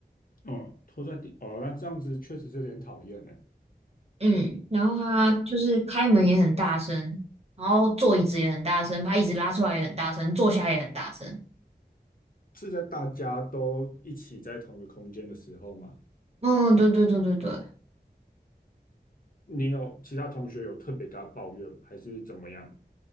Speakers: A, on the left; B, on the right.
A: 嗯，拖在地，哦，那这样子确实是有点讨厌呢。
B: 嗯，然后他就是开门也很大声，然后坐椅子也很大声，把椅子拉出来也很大声，坐下也很大声。
A: 是在大家都一起在同一个空间的时候吗？
B: 嗯，对对对对对。
A: 你有其他同学有特别跟他抱怨吗？还是怎么样？